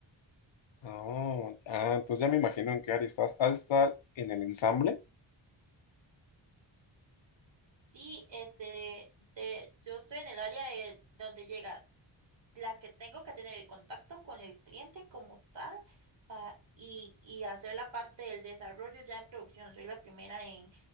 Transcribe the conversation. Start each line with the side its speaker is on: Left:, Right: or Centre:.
Left: Ah, ah, entonces ya me imagino en qué área estás. ¿Has de estar en el ensamble?
Right: Sí, este, de, yo estoy en el área de donde llega la que tengo que tener el contacto con el cliente como tal pa- y, y hacer la parte del desarrollo ya en producción. Soy la primera en,